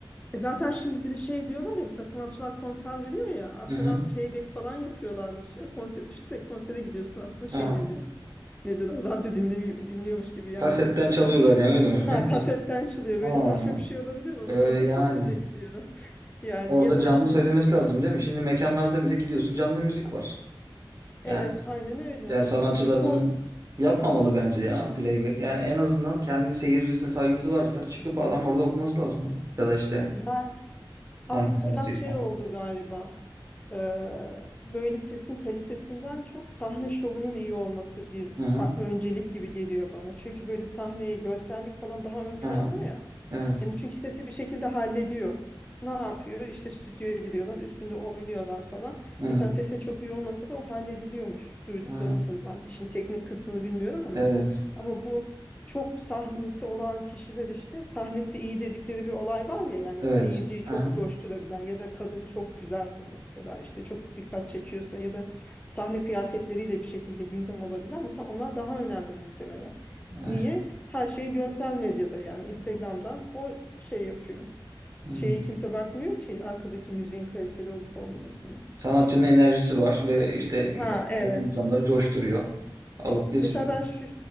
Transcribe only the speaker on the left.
E zaten şimdi bir de şey diyorlar ya mesela sanatçılar konser veriyor ya arkadan
playback falan yapıyorlarmış ya. Konser düşünsene konsere gidiyorsun aslında
şey dinliyorsun. Nedir o radyo dinle, dinliyormuş gibi yani.
<laughs>
Bilgis-
Ha kasetten çalıyor
böyle saçma bir şey olabilir mi? O
zaman niye
konsere gidiyorum? <laughs> Yani
ya da
işte
evet
aynen öyle.
Çoğu
ya Artık
biraz şey oldu galiba. Eee, böyle sesin kalitesinden çok sahne şovunun iyi olması bir
ha- öncelik gibi geliyor bana. Çünkü böyle sahneye görsellik falan daha ön planda
ya.
Yani çünkü sesi bir şekilde hallediyor. Ne yapıyor? İşte stüdyoya gidiyorlar, üstünde oynuyorlar falan.
Mesela sesin çok iyi olmasa da o hallediliyormuş. Duyduklarım
tabii ben işin teknik kısmını bilmiyorum ama
ama bu çok sahnesi olan kişiler işte sahnesi iyi dedikleri bir olay var ya yani
seyirciyi
çok coşturabilen ya da kadın çok güzelse mesela işte çok dikkat çekiyorsa ya da sahne kıyafetleriyle bir şekilde gündem olabilen mesela onlar daha önemli muhtemelen.
Niye? Her şey görsel medyada yani Instagram'dan o şey yapıyor.
Şeyi kimse bakmıyor ki arkadaki müziğin kaliteli olup olmamasına.
Ha
evet.
Me-
mesela ben şu